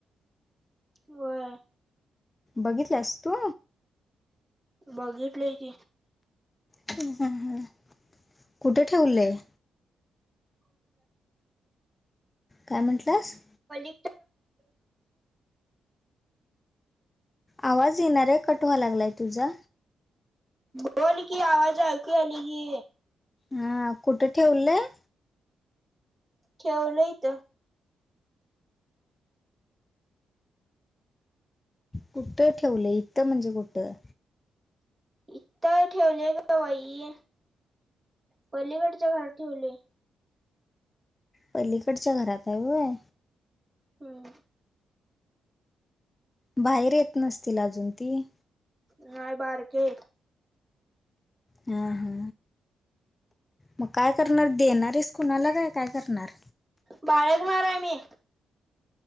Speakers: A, on the right; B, on the left.
A: वय
B: बघितलंस तू
A: बघितलंय की
B: ह ह कुठे ठेवलेय काय म्हटलास
A: मली
B: आवाज येणार आहे कठवा लागलाय तुझा
A: बोल की आवाज आ क आले गी
B: हा कुठे ठेवलंय
A: केव लयत
B: कुठ ठेवलं इथं म्हणजे कुठं
A: इता ठेवले ग बाई पलीकडच्या घरात ठेवले
B: पलीकडच्या घरात आहेवय
A: हम
B: बाहेर येत नसतील अजून ती
A: नाहीय बारके
B: हा हा मग काय करणार देणार आहेस कुणाला काय काय करणार
A: बाळच मणार आहे मी